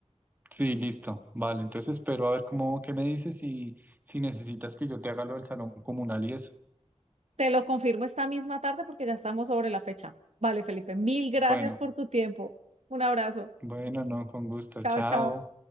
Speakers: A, on the right; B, on the right.
A: Sí, listo. Vale, entonces espero a ver cómo, qué me dices y si necesitas que yo te haga lo del salón comunal y eso.
B: Te lo confirmo esta misma tarde porque ya estamos sobre la fecha. Vale, Felipe, mil gracias
A: Bueno,
B: por tu tiempo. Un abrazo.
A: bueno, no, con gusto.
B: Chao,
A: Chao.
B: chao.